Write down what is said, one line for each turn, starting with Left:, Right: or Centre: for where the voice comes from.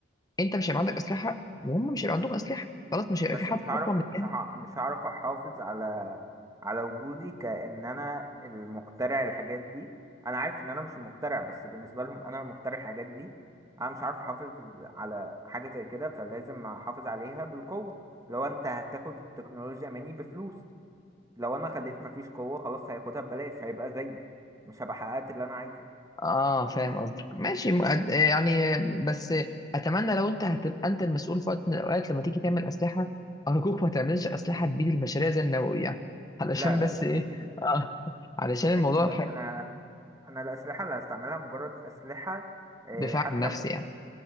Left: انت مش هيبقى عندك أسلحة وهم مش هيبقى عندهم أسلحة خلاص مش هيبقى
Right: بس
Left: في حد
Right: مش هعرف
Left: أقوى من التاني
Right: مش هع... مش هعرف احافظ على على وجودي كأن انا المخترع الحاجات دي انا عارف ان انا مش المخترع بس بالنسبه لهم انا المخترع الحاجات دي انا مش عارف احافظ على حاجه زي كده فلازم احافظ عليها بالقوه لو انت هتاخد التكنولوجيا مني بفلوس لو انا خليت مفيش قوة خلاص هياخدها ببلاش هيبقى زيي مش هبقى حققت اللي انا عايزه
Left: اه فاهم قصدك ماشي م- أت- يعني بس اتمنى لو انت هتبقى انت المسؤول في وقت من الاوقات لما تيجي تعمل اسلحه ارجوك ما تعملش اسلحه تبيد البشريه زي النووي يعني <laughs> علشان
Right: لا لا
Left: بس
Right: لا
Left: ايه
Right: اكيد لا
Left: آه علشان الموضوع
Right: اكيد لا
Left: ح-
Right: انا انا الاسلحة اللي هستعملها مجرد اسلحة آه،
Left: دفاع
Right: حتى
Left: عن النفس يعني